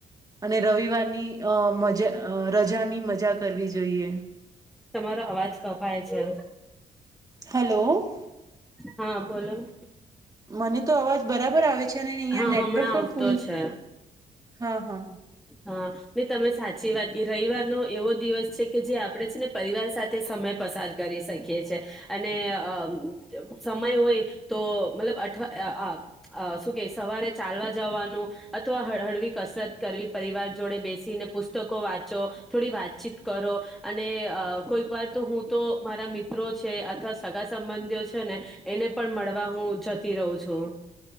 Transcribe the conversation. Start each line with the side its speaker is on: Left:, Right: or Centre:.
Right: અને રવિવારની અ મજા અ રજાની મજા કરવી જોઈએ.
Centre: તમારો અવાજ કપાય છે.
Right: હલો.
Centre: હા બોલો.
Right: મને તો અવાજ બરાબર આવે છે અને અહિયાં
Centre: હા
Right: નેટવર્ક
Centre: હમણાં
Right: પણ
Centre: આવતો
Right: ફૂલ
Centre: છે.
Right: હા હા.
Centre: હા નહી તમે સાચી વાત રવિવારનો એવો દિવસ છે કે જે આપણેે છે ને પરિવાર સાથે સમય પસાર કરી શકીએ છે અને અ સમય હોય તો મતલબ અઠવા શું કે સવારે ચાલવા જવાનું અથવા હળ હળવી કસરત કરવી. પરિવાર જોડે બેસીને પુસ્તકો વાંચો થોડી વાતચીત કરો અને કોઈક વાર તો હું તો મારા મિત્રો છે અથવા સગા સંબંધીઓ છે ને એને પણ મળવા હું જતો. રહું છું.